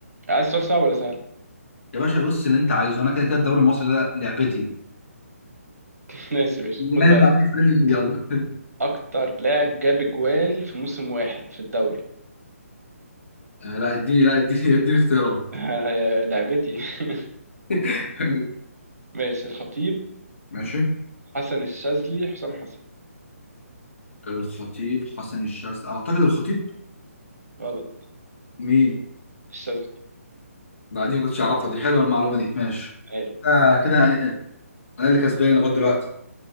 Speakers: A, on the right; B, on the left.
A: عايز سؤال صعب ولا سهل
B: يا باشا بص اللي انت عايزه انا كده كده الدوري المصري ده لعبتي
A: <laughs> ماشي يا باشا
B: اللي
A: خد
B: جاي
A: بقى
B: من عليك
A: ده
B: اسالني فيه يلا <laughs>
A: اكتر لاعب جاب اجوال في موسم واحد في الدوري
B: آه لا اديني لا اديني اديني اختيارات
A: <laughs> آه، لعبتي <laughs>
B: <laughs>
A: ماشي الخطيب
B: ماشي
A: حسن الشاذلي حسام حسن
B: الخطيب حسن الشاذلي اعتقد الخطيب
A: غلط
B: مين مين
A: الشاذلي
B: بعدين ما كنتش اعرفها دي حلوه المعلومه دي ماشي
A: اي
B: آه كده انا اللي كسبان لغايه دلوقتي